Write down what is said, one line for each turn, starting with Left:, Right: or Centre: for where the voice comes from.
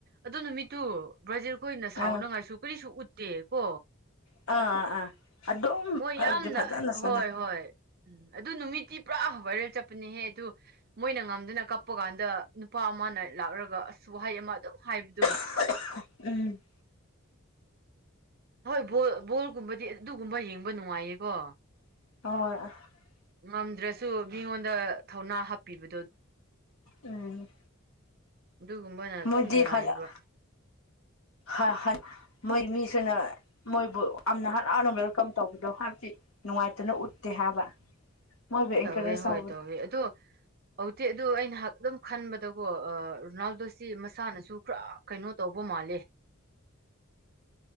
Right: ꯑꯗꯨ ꯅꯨꯃꯤꯠꯇꯨ ꯕ꯭ꯔꯖꯤꯜ ꯈꯣꯏꯅ
Left: ꯑꯥ
Right: ꯁꯥꯎꯅꯉꯥꯏꯁꯨ ꯀꯔꯤꯁꯨ ꯎꯠꯇꯦ ꯀꯣ
Left: ꯑꯥ ꯑꯥ ꯑꯗꯨꯝ
Right: ꯃꯣꯏ
Left: ꯍꯥꯏꯕꯗꯤ
Right: ꯌꯥꯝꯅ
Left: ꯐꯖꯅ ꯁꯥꯟꯅꯩ
Right: ꯍꯣꯏ ꯍꯣꯏ ꯎꯝ ꯑꯗꯨ ꯅꯨꯃꯤꯠꯇꯤ ꯄꯨꯔꯥ ꯚꯥꯏꯔꯦꯜ ꯆꯠꯄꯅꯦꯍꯦ ꯗꯨ ꯃꯣꯏꯅ ꯉꯝꯗꯨꯅ ꯀꯞꯄ ꯀꯥꯟꯗ ꯅꯨꯄꯥ ꯑꯃꯅ ꯂꯥꯛꯂꯒ ꯑꯁ ꯋꯥꯍꯩ ꯑꯃ ꯑꯗꯨꯝ ꯍꯥꯏꯕꯗꯨ
Left: <unintelligible> ꯎꯝ
Right: ꯍꯣꯏ ꯕꯣꯜ ꯕꯣꯜꯒꯨꯝꯕꯗꯤ ꯑꯗꯨꯒꯨꯝꯕ ꯌꯦꯡꯕ ꯅꯨꯡꯉꯥꯏꯌꯦꯀꯣ
Left: <unintelligible>
Right: ꯉꯝꯗ꯭ꯔꯁꯨ ꯃꯤꯉꯣꯟꯗ ꯊꯧꯅꯥ ꯍꯥꯞꯄꯤꯕ
Left: ꯎꯝ
Right: ꯗꯨꯒꯨꯝꯕꯅ ꯑꯗꯨꯝ
Left: ꯃꯣꯏꯗꯤ
Right: ꯅꯨꯡꯉꯥꯏꯌꯦꯕ
Left: ꯍꯜꯂꯛ <unintelligible> ꯃꯣꯏ ꯃꯤꯁꯤꯅ ꯃꯣꯏꯕꯨ ꯑꯝꯅ ꯍꯔꯥꯎꯅ ꯋꯦꯜꯀꯝ ꯇꯧꯕꯗꯣ ꯍꯥꯏꯗꯤ ꯅꯨꯡꯉꯥꯏꯇꯅ ꯎ ꯎꯠꯇꯦ ꯍꯥꯏꯕ ꯃꯣꯏꯕꯨ ꯑꯦꯟꯀꯔꯦꯖ
Right: ꯇꯧꯋꯦ
Left: ꯇꯧꯕ
Right: ꯍꯣꯏ ꯇꯧꯋꯦ ꯑꯗꯣ ꯍꯧꯇꯤ ꯑꯗꯨ ꯑꯩꯅ ꯑꯗꯨꯝ ꯈꯟꯕꯗꯀꯣ ꯔꯣꯅꯥꯜꯗꯣꯁꯤ ꯃꯁꯥꯅꯁꯨ ꯈꯔ ꯀꯩꯅꯣ ꯇꯧꯕ ꯃꯥꯜꯂꯦ
Left: <unintelligible>